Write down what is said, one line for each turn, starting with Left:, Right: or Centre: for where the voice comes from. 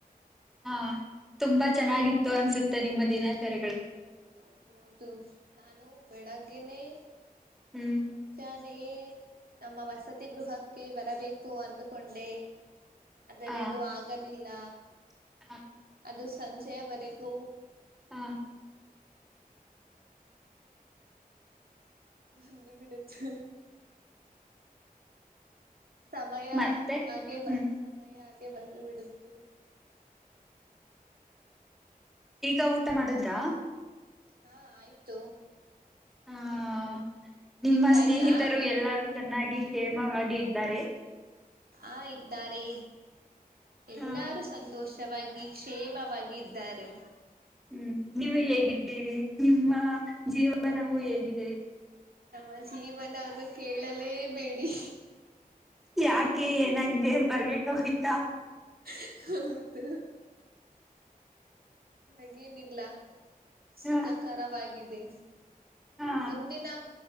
Centre: ಹಾ ತುಂಬಾ
Right: ನಾನು
Centre: ಚೆನ್ನಾಗಿತ್ತು ಅನ್ಸುತ್ತೆ ನಿಮ್ಮ ದಿನಾಚರಿಗಳು.
Right: ಹೌದು ಹೌದು ನಾನು ಬೆಳಗ್ಗೆನೆ
Centre: ಹ್ಮ್.
Right: ಮುಂಜಾನೆ ನಮ್ಮ ವಸತಿ ಗೃಹಕ್ಕೆ ಬರಬೇಕು ಅಂದುಕೊಂಡೇ ಆದರೆ
Centre: ಹ
Right: ಅದು ಆಗಲಿಲ್ಲ
Centre: <unintelligible>
Right: ಅದು ಸಂಜೆಯವರೆಗೂ
Centre: ಹ.
Right: ಬಂದು ಬಿಡ್ತು ಸಮಯ
Centre: ಮತ್ತೆ
Right: ಹಾಗೆ ಬ
Centre: ಹ್ಮ್
Right: ಸಮಯ ಹಾಗೆ ಬಂದು ಬಿಡುತ್ತು
Centre: ಈಗ ಊಟ ಮಾಡದ್ರಾ
Right: ಹಾ ಆಯ್ತು.
Centre: ಆ ನಿಮ್ಮ
Right: ನಿಮ್ದಾಯ್ತಾ
Centre: ಸ್ನೇಹಿತರು ಎಲ್ಲಾರೂ ಚೆನ್ನಾಗಿ ಕ್ಷೇಮವಾಗಿ ಇದ್ದಾರೆ
Right: ಆ ಇದ್ದಾರೆ ಎಲ್ಲಾರೂ
Centre: ಹಾ
Right: ಸಂತೋಷವಾಗಿ ಕ್ಷೇಮವಾಗಿ ಇದ್ದಾರೆ.
Centre: ಹ್ಮ್ ನೀವು ಹೇಗಿದ್ದೀರಿ ನಿಮ್ಮ ಜೀವನವು ಹೇಗಿದೆ.
Right: ನಮ್ಮ ಜೀವನವನ್ನು ಕೇಳಲೇಬೇಡಿ.
Centre: ಯಾಕೆ ಏನಾಗಿದೆ ಬರ್ಗಟ್ಟ ಹೋಗಯ್ತಾ.
Right: ಹ ಹೌದು. ಹಾಗೇನಿಲ್ಲ ಸುಖಕರವಾಗಿದೆ.
Centre: ಹಾ ಹಾ
Right: ಮುಂದಿನ